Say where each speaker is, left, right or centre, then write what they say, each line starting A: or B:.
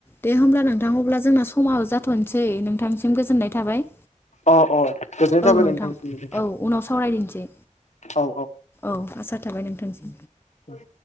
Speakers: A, on the left; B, on the left.
A: दे होमब्ला नोंथां अब्ला जोंना समा जा थ'नसै नोंथांसिम गोजोननाय थाबाय।
B: अ अ गोजोननाय
A: औ
B: थाबाय
A: नोंथां
B: नोंथांसिमबो
A: औ उनाव सावरायदिनोसै
B: औ
A: औ आसा थाबाय नोंथांसिम
B: औ।